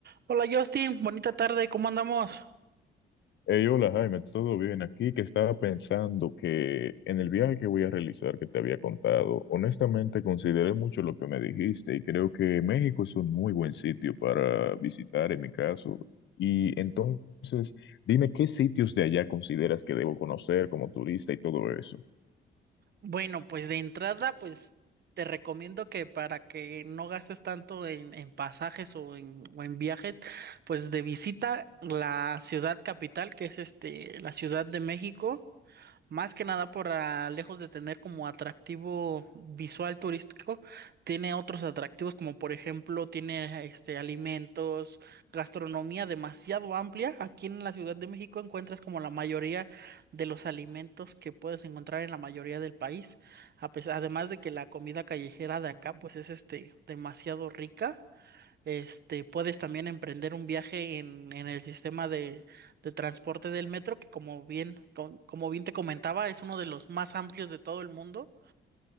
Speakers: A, on the right (about 55°); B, on the left (about 65°).
A: Hola Justin, bonita tarde, ¿cómo andamos?
B: Hey, hola Jaime, ¿todo bien? Aquí que estaba pensando que en el viaje que voy a realizar que te había contado, honestamente consideré mucho lo que me dijiste y creo que México es un muy buen sitio para visitar en mi caso. Y entonces, dime qué sitios de allá consideras que debo conocer como turista y todo eso.
A: Bueno, pues de entrada, pues te recomiendo que para que no gastes tanto en, en pasajes o en, o en viajes, pues de visita la ciudad capital, que es este, la Ciudad de México. Más que nada por ah, lejos de tener como atractivo visual turístico, tiene otros atractivos como por ejemplo tiene este alimentos, gastronomía demasiado amplia. Aquí en la Ciudad de México encuentras como la mayoría de los alimentos que puedes encontrar en la mayoría del país. A pesar- además de que la comida callejera de acá pues es este demasiado rica. Este, puedes también emprender un viaje en, en el sistema de, de transporte del metro, que como bien, com- como bien te comentaba, es uno de los más amplios de todo el mundo